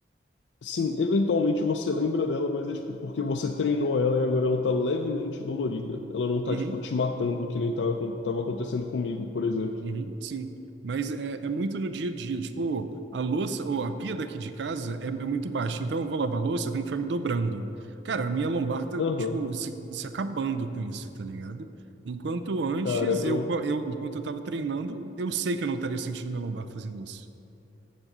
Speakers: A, on the left; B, on the right.
A: sim, eventualmente você lembra dela, mas é tipo porque você treinou ela e agora ela tá levemente dolorida. Ela não tá,
B: Uhum.
A: tipo, te matando que nem tava, tava acontecendo comigo, por exemplo.
B: Uhum, sim, mas é, é muito no dia a dia. Tipo, a louça, ou a pia daqui de casa é, é muito baixa, então eu vou lavar a louça, eu tenho que ficar me dobrando. Cara, a minha lombar tá,
A: Aham.
B: tipo, se, se acabando com isso, tá ligado? Enquanto antes,
A: Cara, eu,
B: eu, co- eu, enquanto eu tava treinando, eu sei que eu não estaria sentindo minha lombar fazendo isso.